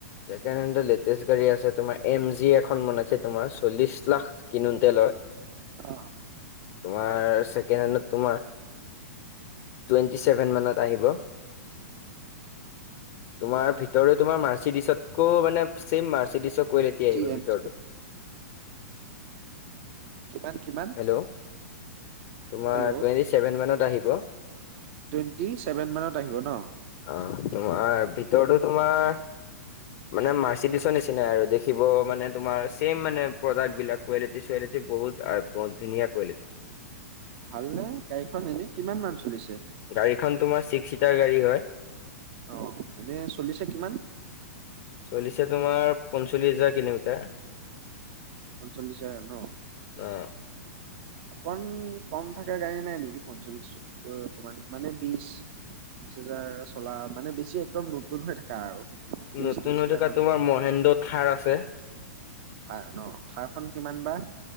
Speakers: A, on the left (about 45°); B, on the right (about 45°).
A: ছেকেণ্ড হেণ্ডটো লেটেষ্ট গাড়ী আছে তোমাৰ এম জি এখন বনাইছে তোমাৰ চল্লিশ লাখ কিনোতে লয়
B: অ
A: তোমাৰ ছেকেণ্ড হেণ্ডত তোমাৰ টুৱেন্টি চেভেন মানত আহিব তোমাৰ ভিতৰত তোমাৰ মাৰ্চিডিছতকো মানে ছেম মাৰ্চিডিছৰ কোৱেলিটি
B: জি
A: আহিব
B: এম
A: ভিতৰতো
B: জি কিমান কিমান
A: হেল্ল' তোমাৰ
B: হেল্ল'
A: টুৱেণ্টি ছেভেন মানত আহিব।
B: টুৱেণ্টি ছেভেন মানত আহিব ন
A: অ তোমাৰ ভিতৰতো তোমাৰ মানে মাৰ্চিডিছৰ নিচিনাই আৰু দেখিবৰ মানে তোমাৰ ছেইম মানে প্ৰডাক্টবিলাক কোৱালিটি চুুৱালিটি বহুত আ বহুত ধুনীয়া কুৱালিটি
B: ভালনে গাড়ীখন এনে কিমান মান চলিছে?
A: গাড়ীখন তোমাৰ ছিক্স ছিটাৰ গাড়ী হয়
B: অ এনেই চলিছে কিমান?
A: চলিছে তোমাৰ পঞ্চল্লিশ হাজাৰ কিলোমিটাৰ।
B: পঞ্চল্লিছ হাজাৰ ন।
A: অ
B: অকমান কম থকা গাড়ী নাই নেকি পঞ্চল্লিশকৈ অকমান মানে বিশ বিশ হাজাৰৰ চলা মানে বেছি একদম নতুন হৈ থকা আৰু। বিশ
A: নতুন
B: ত্ৰিশ
A: হৈ
B: হাজাৰ
A: থকা
B: মান
A: তোমাৰ মহেন্দ্ৰ থাৰ আছে।
B: থাৰ ন থাৰখন কিমান বা?